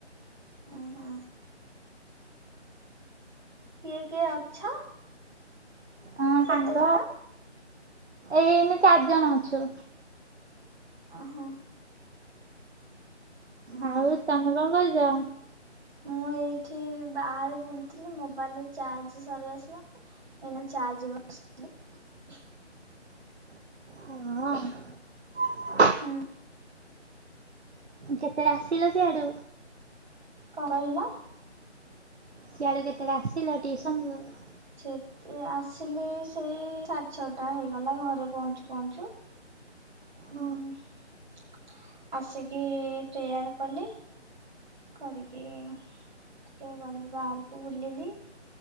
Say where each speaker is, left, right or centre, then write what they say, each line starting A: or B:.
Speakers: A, on the right (about 40°); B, on the right (about 65°).
A: ଉଁ ହୁଁ। କିଏ କିଏ ଅଛ?
B: ହ
A: କେତେ
B: ସାଙ୍ଗ
A: ଜଣ
B: ଏଇନେ ଚାରି ଜଣ ଅଛୁ।
A: ଆଁ ହଁ।
B: ଆଉ
A: ହଁ
B: ତମେ କଣ କରୁଛ?
A: ମୁଁ ଏଇଠି ବାହାରେ ବୁଲୁଥିଲି ମୋବାଇଲରେ ଚାର୍ଜ ସରି ଆସିଲାଣି ଏନା ଚାର୍ଜ ବସେଇଦେବି।
B: ହଁ।
A: ହୁଁ।
B: କେତେବେଳେ ଆସିଲ ସିଆଡୁ?
A: କଣ କହିଲ?
B: ସିଆଳୁ କେତେବେଳେ ଆସିଲ ଟିସନ ରୁ?
A: ସେ ତି ଆସିଲେ ସେଇ ସାଢେ ଛଅଟା ହେଇଗଲା ଘରେ ପହଞ୍ଚୁ ପହଞ୍ଚୁ। ହଁ
B: ଓ
A: ଆସିକି ପ୍ରେୟାର କଲି କରିକି ଟିକେ ଗଲି ବାହାରକୁ ବୁଲିଲି।